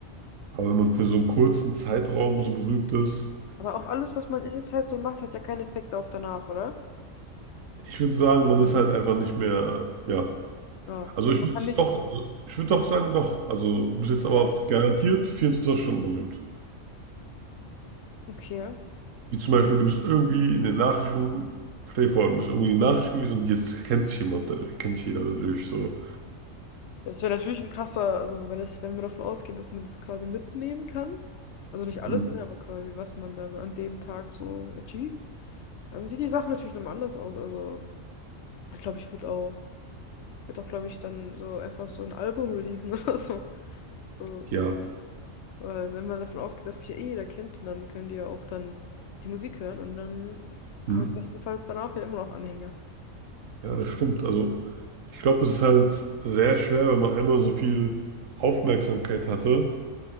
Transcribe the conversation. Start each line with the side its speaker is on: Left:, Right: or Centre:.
Right: aber wenn man für so einen kurzen Zeitraum so berühmt ist,
Left: Aber auch alles, was man in der Zeit so macht, hat ja keinen Effekt auf danach, oder?
Right: ich würde sagen, man ist halt einfach nicht mehr, ja.
Left: Ja.
Right: Also
Left: Also
Right: ich
Left: man
Right: würde
Left: kann nicht.
Right: doch, also ich würde doch sagen, doch. Also du bist jetzt
Left: Ja,
Right: aber garantiert für 24 Stunden berühmt.
Left: Okay.
Right: Wie zum Beispiel, du bist irgendwie in den Nachrichten, stell dir vor, du bist irgendwie in den Nachrichten gewesen und jetzt kennt dich jemand, dadurch, kennt dich jeder dadurch. So,
Left: Das wäre natürlich ein krasser, also wenn das, wenn wir davon ausgehen, dass man das quasi mitnehmen kann. Also nicht alles,
Right: hm,
Left: ne, aber quasi, was man dann an dem Tag so achieved, dann sieht die Sache natürlich nochmal anders aus. Also Ich glaube, ich würde auch, würde auch, glaube ich, dann so einfach so ein Album releasen <laughs> oder so. So,
Right: ja,
Left: weil wenn man davon ausgeht, dass mich ja eh jeder kennt, und dann können die ja auch dann die Musik hören und dann
Right: hm,
Left: habe ich bestenfalls danach ja immer noch Anhänger.
Right: ja, das stimmt. Also, ich glaube, es ist halt sehr schwer, wenn man einmal so viel Aufmerksamkeit hatte,